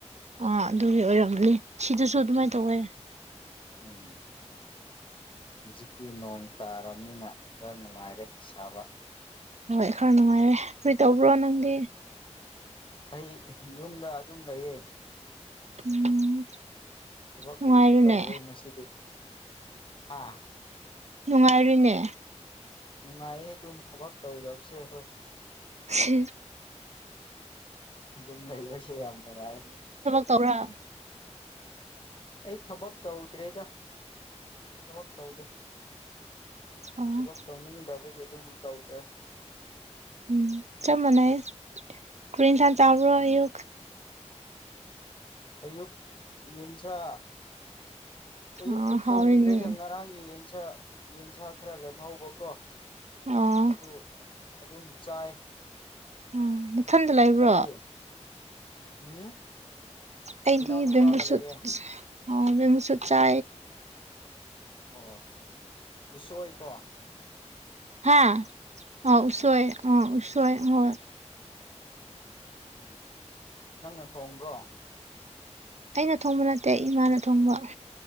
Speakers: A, on the right; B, on the left.
A: ꯑꯥ ꯑꯗꯨꯒꯤ ꯑꯣꯏꯔꯝꯅꯤ ꯁꯤꯗꯁꯨ ꯑꯗꯨꯃꯥꯏꯅ
B: ꯎꯝ
A: ꯇꯧꯋꯦ
B: ꯎꯝ ꯍꯧꯖꯤꯛꯇꯤ ꯅꯣꯡ ꯇꯥꯔꯕꯅꯤꯅ ꯈꯔ ꯅꯨꯡꯉꯥꯏꯔꯦ ꯁꯥꯕ
A: ꯍꯣꯏ ꯈꯔ ꯅꯨꯡꯉꯥꯏꯔꯦ ꯀꯔꯤ ꯇꯧꯕ꯭ꯔꯣ ꯅꯪꯗꯤ
B: ꯑꯩ ꯌꯨꯝꯗ ꯑꯗꯨꯝ ꯂꯩꯌꯦ
A: ꯎꯝ
B: ꯊꯕꯛ
A: ꯅꯨꯡꯉꯥꯏꯔꯤꯅꯦ
B: ꯀꯔꯤꯁꯨ ꯇꯧꯔꯣꯏ ꯉꯁꯤꯗꯤ ꯍꯥ
A: ꯅꯨꯡꯉꯥꯏꯔꯨꯏꯅꯦ
B: ꯅꯨꯡꯉꯥꯏꯌꯦ ꯑꯗꯨꯝ ꯊꯕꯛ ꯇꯧꯗꯕꯁꯦ ꯍꯣꯏ
A: ꯍ
B: ꯑꯗꯨꯅꯕꯁ ꯌꯥꯝꯉꯥꯏ
A: ꯇꯧꯔꯥ
B: ꯑꯩ ꯊꯕꯛ ꯇꯧꯗ꯭ꯔꯦꯗ ꯊꯕꯛ ꯇꯧꯗꯦ
A: ꯎꯝ
B: ꯊꯕꯛ ꯇꯧꯅꯤꯡꯗꯕꯒꯤ ꯑꯗꯨꯝ ꯇꯧꯗꯦ
A: ꯎꯝ ꯆ ꯃꯅꯥꯏ ꯀꯔꯤ ꯁꯟ ꯆꯥꯎ꯭ꯔꯣ
B: ꯎꯝ
A: ꯌ
B: ꯑꯌꯨꯛ ꯌꯦꯡꯟꯆꯥ ꯑꯌꯨꯛꯇ
A: ꯑꯣ ꯍꯥꯎꯔꯦꯅꯦ
B: ꯊꯣꯡꯗ꯭ꯔꯦꯗ ꯉꯔꯥꯡ ꯌꯦꯟ ꯌꯦꯟꯁꯥ ꯈꯔ ꯂꯦꯝꯍꯧꯕ ꯀꯣ
A: ꯑꯣ
B: ꯑꯗꯨ ꯑꯗꯨꯝ ꯆꯥꯏ
A: ꯎꯝ ꯃꯊꯟꯗ ꯂꯩꯕ꯭ꯔꯣ
B: ꯅꯪꯗꯤ ꯎꯝ
A: ꯑꯩꯗꯤ
B: ꯏꯅꯥꯎꯅꯨꯄꯥꯒ
A: ꯕꯝꯃꯨꯁꯨꯨꯠ
B: ꯂꯩꯌꯦ
A: ꯑꯣ ꯃꯨ ꯁ ꯆ
B: ꯑꯣ ꯎꯁꯣꯏꯀꯣ
A: ꯍꯥꯥ ꯑ ꯎꯁꯣꯏ ꯑ ꯎꯁꯣꯏ ꯑꯣ
B: ꯎꯝ ꯅꯪꯅ ꯊꯣꯡꯕ꯭ꯔꯣ
A: ꯑꯩꯅ ꯊꯣꯡꯕ ꯅꯠꯇꯦ ꯑꯩ ꯏꯃꯥꯅ ꯊꯣꯡꯕ